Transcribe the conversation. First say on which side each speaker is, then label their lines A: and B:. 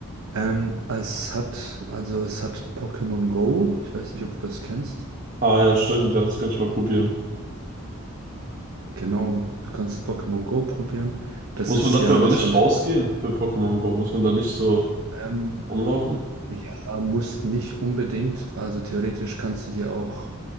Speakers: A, on the right; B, on the right.
A: Ähm, es hat, also es hat Pokémon Go. Ich weiß nicht, ob du das kennst.
B: Ah ja, stimmt, ja, das könnte ich mal probieren.
A: Genau, du kannst Pokémon Go probieren. Das
B: Muss
A: ist
B: man dafür
A: ja,
B: aber
A: das
B: nicht
A: stammt
B: rausgehen
A: ja.
B: für Pokémon Go? Muss man da nicht so
A: Ähm,
B: rumlaufen?
A: ja, musst nicht unbedingt. Also theoretisch kannst du dir auch.